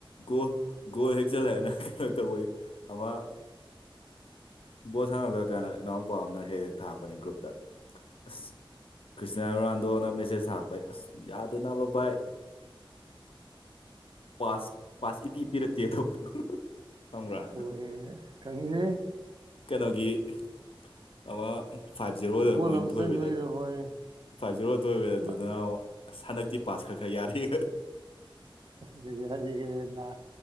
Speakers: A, on the left; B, on the right.
A: ꯒꯣꯜ ꯒꯣꯜ ꯍꯦꯛ ꯆꯜꯂꯒꯅ ꯀꯩꯅꯣ ꯇꯧꯋꯏ ꯑꯃ ꯕꯣꯜ ꯁꯥꯟꯅꯂ ꯀꯥꯟꯅ ꯏꯅꯥꯎꯄꯥ ꯑꯃꯅ ꯍꯦꯛ ꯍꯦꯛ ꯊꯥꯛꯔꯛꯄꯅꯦ ꯒ꯭ꯔꯨꯞꯇ ꯑꯁ ꯈ꯭ꯔꯤꯁꯇꯌꯥ ꯔꯣꯅꯥꯜꯗꯣꯅ ꯃꯦꯁꯦꯖ ꯊꯥꯛꯄꯩ ꯑꯁ ꯌꯥꯗꯦꯅꯕ ꯕꯥꯏ ꯄꯥꯁ ꯄꯥꯁ ꯏꯄꯤ ꯄꯤꯔꯛꯇꯦꯗꯣ ꯈꯪꯕ꯭ꯔꯥ
B: ꯍꯣꯏ ꯈꯪꯉꯤꯅꯦ
A: ꯀꯩꯅꯣꯒꯤ ꯑꯃ ꯐꯥꯏꯚ ꯖꯦꯔꯣꯗ
B: ꯒꯣꯜ
A: ꯃꯣꯏ
B: ꯑꯃ ꯆꯟꯕꯩꯗꯣ
A: ꯊꯣꯏꯕꯩꯗ
B: ꯍꯣꯏ
A: ꯐꯥꯏꯚ ꯖꯦꯔꯣ ꯊꯣꯏꯕꯗ
B: ꯄꯥ-
A: ꯑꯗꯨꯗꯨꯅ ꯁꯟꯗꯛꯇꯤ ꯄꯥꯁ ꯈꯔ ꯈꯔ ꯌꯥꯔꯦ
B: ꯀ ꯌꯥꯔ ꯀ ꯌꯦꯅ